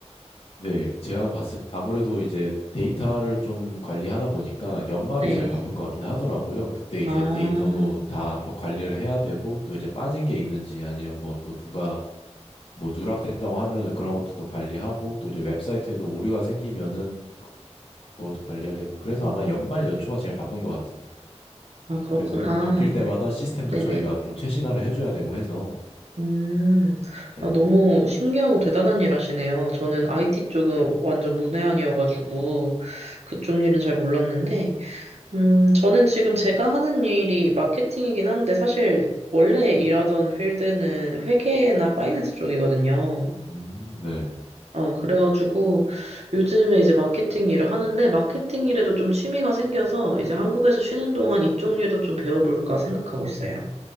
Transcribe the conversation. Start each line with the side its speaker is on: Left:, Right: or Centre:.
Left: 네, 제가 봤을 때 아무래도 이제 데이터를 좀 관리하다 보니까 연말이
Right: 네.
Left: 제일 바쁜 것 같긴 하더라고요. 그때 이제
Right: 아,
Left: 데이터도 다 한번 관리를 해야 되고 또 이제 빠진 게 있는지 아니면 뭐 또 누가 뭐 누락됐다고 하면은 그런 것도 또 관리하고 또 이제 웹사이트에도 오류가 생기면은 그것도 관리해야 되고 그래서
Right: 음,
Left: 아마 연말 연초가 제일 바쁜 것 같아요.
Right: 아, 그렇구나.
Left: 그래서 그 바뀔 때마다 시스템도
Right: 네네.
Left: 저희가 좀 최신화를 해줘야 되고 해서
Right: 음,
Left: 네.
Right: 아, 너무 신기하고 대단한 일 하시네요. 저는 IT 쪽은 완전 문외한이어가지고 그쪽 일은 잘 몰랐는데, 음, 저는 지금 제가 하는 일이 마케팅이긴 한데 사실 원래 일하던 필드는 회계나 파이낸스 쪽이거든요.
Left: 음, 네.
Right: 어, 그래가지고 요즘에 이제 마케팅 일을 하는데 마케팅 일에도 좀 취미가 생겨서 이제 한국에서 쉬는 동안 이쪽 일도 좀 배워볼까 생각하고 있어요.